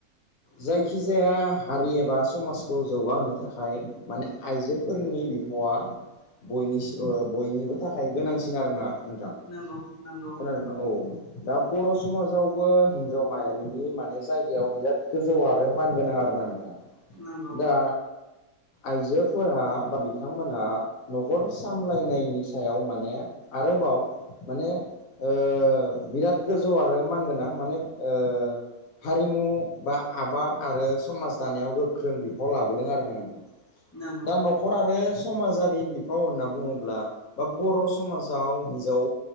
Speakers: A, on the left; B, on the left.
A: जायखिजाया हारि एबा समाजखौ जौगाहोनो थाखाय माने आइजोफोरनि बि वा बयनिसि ओ बयनिबो थाखाय गोनांसिन आरोना नोंथां ।
B: नंगौ नंगौ ।
A: <unintelligible> औ दा बर' समाजावबो हिनजाव माहारिनि माने जायगायाव बिराद गोजौ आरो मान गोनां आरोना नोंथां ।
B: नंगौ
A: दा आइजोफोरा बा बिथांमोनहा न'खर सामलायनायनि सायाव माने आरोबाव माने ओ बिराद गो जौ आरो मानगोनां माने ओ हारिमु बा आबाद आरो समाज दानायाव गोख्रों बिफाव लाबोदों आरोना नोंथां ।
B: नंगौ
A: दा न' खर आरो समाजारि बिफाव होनना बुङोब्ला बा बर' समाजाव हिन्जाव